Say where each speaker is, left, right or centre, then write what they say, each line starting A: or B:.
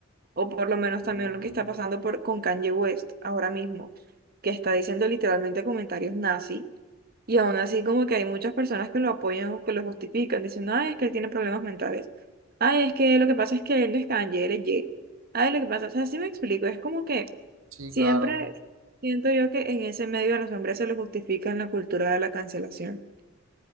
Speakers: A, on the right; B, on the right.
A: o por lo menos
B: ujú.
A: también lo que está pasando por, con Kanye West ahora mismo, que está diciendo literalmente comentarios nazi Y aún así como que hay muchas personas que lo apoyan o que lo justifican, diciendo, ay, es que él tiene problemas mentales. Ay, es que lo que pasa es que él no es canje, él es ye. Ay, lo que pasa, o sea, sí me explico, es como que
B: Sí,
A: siempre
B: claro.
A: siento yo que en ese medio a los hombres se les justifica en la cultura de la cancelación.